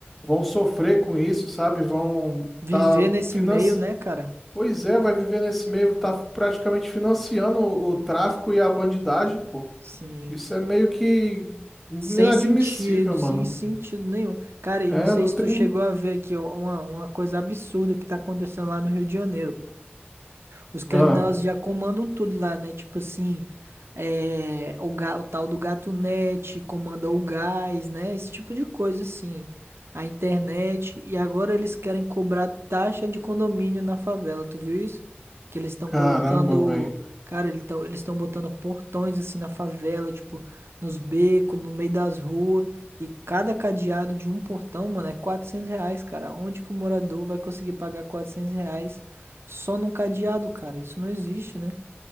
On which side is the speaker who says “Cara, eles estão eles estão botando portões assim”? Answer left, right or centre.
Right